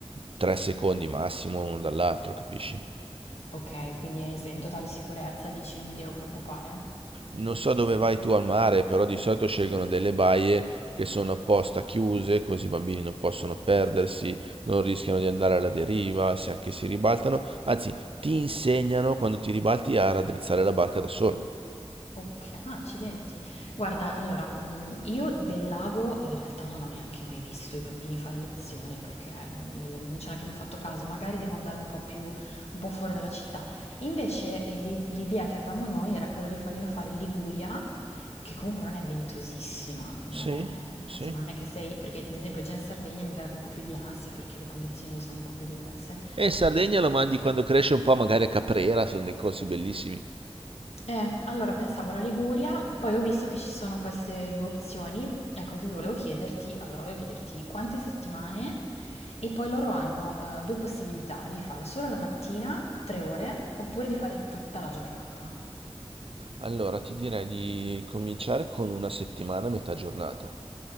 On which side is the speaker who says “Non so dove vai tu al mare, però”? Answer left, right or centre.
Right